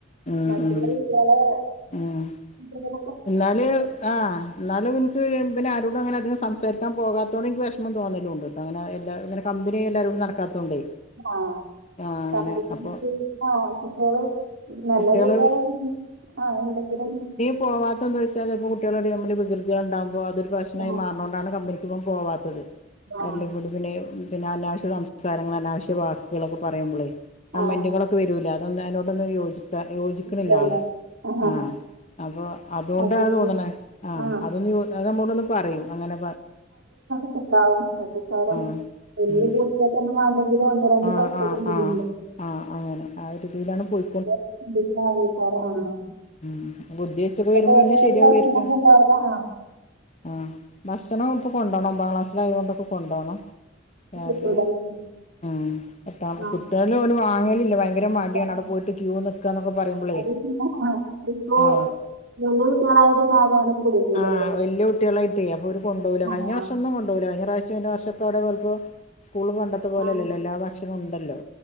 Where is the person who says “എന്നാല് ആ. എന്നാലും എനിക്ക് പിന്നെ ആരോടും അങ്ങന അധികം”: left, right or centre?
Left